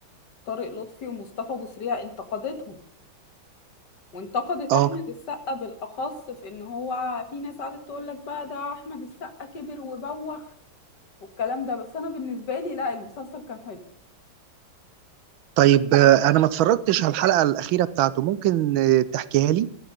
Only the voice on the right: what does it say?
اه
طيب آه، انا ما اتفرجتش على الحلقه الاخيره بتاعته ممكن آه، تحكيها لي